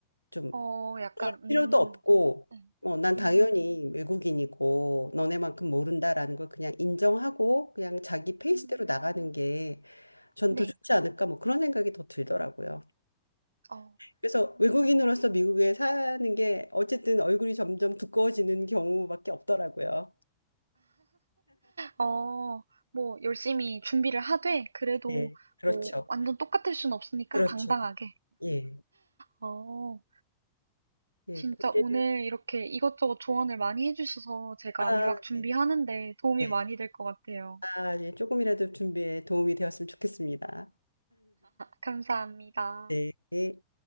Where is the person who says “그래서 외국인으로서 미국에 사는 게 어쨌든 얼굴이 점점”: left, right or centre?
Left